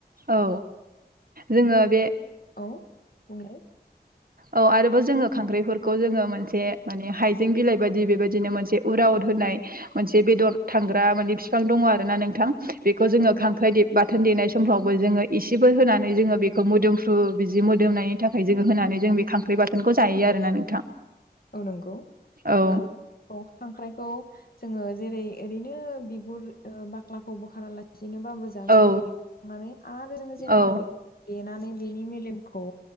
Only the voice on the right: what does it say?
औ जोङो बे
औ आरोबाव जोङो खांख्राइफोरखौ जोङो मोनसे माने हाइजें बिलाइ बायदि बेबायदिनो मोनसे उराव होनाय मोनसे बेदर थांग्रा माने बिफां दङ आरो ना नोंथां बेखौ जोङो
खांख्राइ बाथोन देनाय समफ्रावबो जोङो इसेबो होनानै जोङो बेखौ मोदोमफ्रु बिदि मोदोमनायनि थाखाय जोङो होनानै जों बे खांख्राइ बाथोनखौ जायो आरोना नोंथां
औ
औ
औ